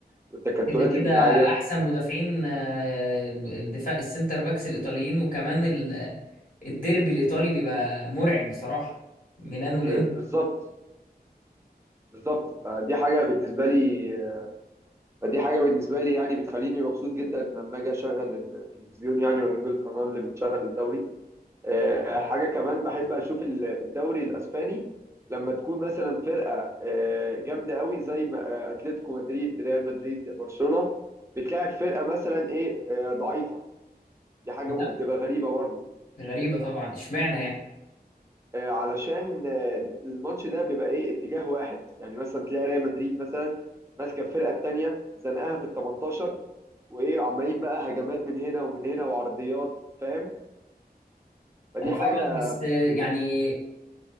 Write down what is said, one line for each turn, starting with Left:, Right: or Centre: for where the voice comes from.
Right: والتكتلات
Left: كده كده
Right: الدفاعية
Left: احسن مدافعين آه، الدفاع السنتر باكس الايطاليين وكمان ال- الديربي الايطالي بيبقى مرعب بصراحه ميلان والانتر
Right: ب- بالظبط بالظبط فدي حاجة بالنسبة لي فدي حاجة بالنسبة لي يعني بتخليني مبسوط جدا لما أجي أشغل التلفزيون يعني وأجيب القناة اللي بتشغل الدوري آه، حاجة كمان بحب أشوف ال- الدوري الأسباني لما تكون مثلا فرقة آه، جامدة قوي زي ما- آه، أتلتيكو مدريد ريال مدريد برشلونة بتلاعب فرقة مثلا إيه آه، ضعيفة دي حاجة
Left: كده
Right: ممكن تبقى غريبة برضو
Left: غريبه طبعا اشمعنى يعني
Right: آه، علشان آه، الماتش ده بيبقى إيه اتجاه واحد يعني مثلا تلاقي ريال مدريد مثلا ماسكة الفرقة التانية زنقها في ال 18 وإيه عمالين بقى هجمات من هنا ومن هنا وعرضيات فاهم فدي
Left: انا فاهمك
Right: حاجة
Left: بس آه، يعني